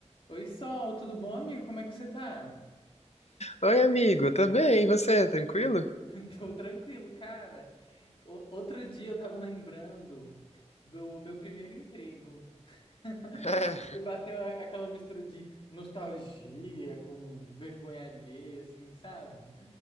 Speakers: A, on the left; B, on the left.
A: Oi, Sol, tudo bom, amigo? Como é que você tá?
B: Oi, amigo, tá bem? E você, tranquilo?
A: <laughs> Tô tranquilo, cara. O- outro dia eu tava lembrando do meu primeiro emprego. <laughs>
B: É.
A: E bateu a- aquela mistura de nostalgia com vergonha alheia, assim, sabe?